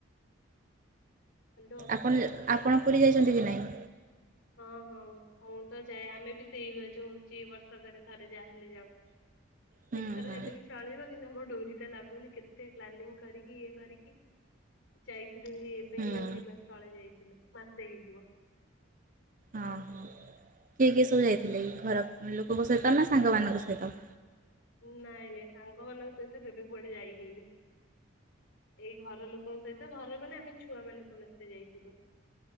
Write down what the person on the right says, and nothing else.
ଆପଣ ଯ ଆପଣ ପୁରୀ ଯାଇଛନ୍ତି କି ନାହିଁ?
ହୁଁ
ହୁଁ
ହୁଁ
ହଁ ହଁ କିଏ କିଏ ସବୁ ଯାଇଥିଲେ ଘର ଲୋକଙ୍କ ସହିତ ନା ସାଙ୍ଗମାନଙ୍କ ସହିତ?